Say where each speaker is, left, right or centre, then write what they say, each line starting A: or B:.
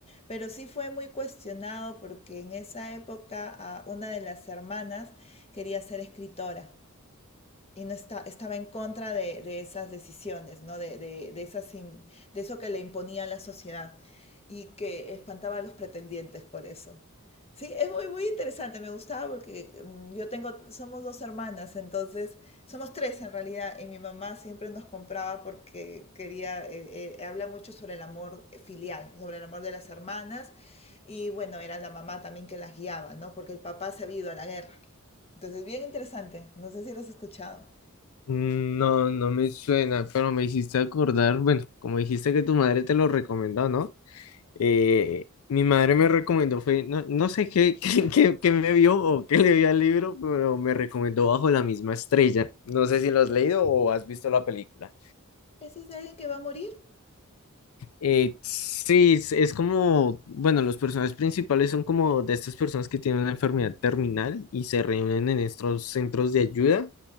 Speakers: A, on the left (about 30°); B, on the left (about 70°).
A: Pero sí fue muy cuestionado porque en esa época una de las hermanas quería ser escritora y no está, estaba en contra de, de esas decisiones, ¿no? De, de, de esas im- de eso que le imponía la sociedad y que espantaba a los pretendientes por eso. Sí, es muy, muy interesante, me gustaba porque mm, yo tengo, somos dos hermanas, entonces, somos tres en realidad, y mi mamá siempre nos compraba porque quería, eh, eh, habla mucho sobre el amor filial, sobre el amor de las hermanas, y bueno, era la mamá también que las guiaba, ¿no? Porque el papá se había ido a la guerra. Entonces, bien interesante, no sé si lo has escuchado.
B: Mm, No, no me suena, pero me hiciste acordar, bueno, como dijiste que tu madre te lo recomendó, ¿no? Eh, mi madre me recomendó, fue, no, no sé qué, <laughs> qué, qué- qué me vio o qué le vio al libro, pero me recomendó Bajo la misma estrella. No sé si lo has leído o has visto la película.
A: ¿Ese es de alguien que va a morir?
B: Eh, sí, es, es como, bueno, los personajes principales son como de estas personas que tienen una enfermedad terminal y se reúnen en estos centros de ayuda